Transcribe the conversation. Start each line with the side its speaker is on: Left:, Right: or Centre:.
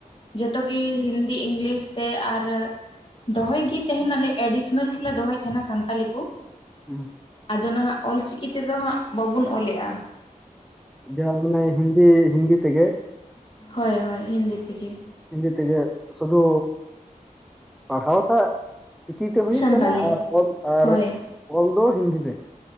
Left: ᱡᱚᱛᱚ ᱜᱮ ᱦᱤᱱᱫᱤ ᱤᱜᱝᱞᱤᱥ ᱛᱮ ᱟᱨ ᱫᱚᱦᱚᱭ ᱜᱤ ᱛᱮᱦᱮᱸᱱ ᱟᱞᱮ ᱮᱰᱤᱥᱚᱱᱟᱞ ᱨᱮᱞᱮ ᱫᱚᱦᱚᱭ ᱛᱮᱦᱮᱸᱱᱟ, ᱥᱟᱱᱛᱟᱞᱤ ᱠᱚ᱾
Centre: ᱦᱩᱸ᱾
Left: ᱟᱫᱚ ᱱᱟᱦᱟᱜ ᱚᱞᱪᱤᱠᱤ ᱛᱮᱫᱚ ᱦᱟᱸᱜ ᱵᱟᱵᱚᱱ ᱚᱞᱮᱜᱼᱟ᱾
Centre: ᱡᱟ ᱩᱱᱟᱹᱭ ᱦᱤᱱᱫᱤ, ᱦᱤᱱᱫᱤ ᱛᱮᱜᱮ᱾
Left: ᱦᱳᱭ ᱦᱳᱭ ᱦᱤᱱᱫᱤ ᱛᱨᱜᱮ᱾
Centre: ᱦᱤᱱᱫᱤ ᱛᱮᱜᱮ ᱥᱩᱫᱩ ᱯᱟᱲᱦᱟᱣ? ᱴᱟᱜ, ᱪᱤᱠᱤᱛᱮ ᱦᱩᱭᱩᱜ
Left: ᱥᱟᱱᱛᱟᱞᱤ
Centre: ᱠᱟᱱᱟ ᱟᱨ ᱚᱞ ᱟᱨ
Left: ᱦᱳᱭ
Centre: ᱚᱞ ᱫᱚ ᱦᱤᱱᱫᱤ ᱛᱮ᱾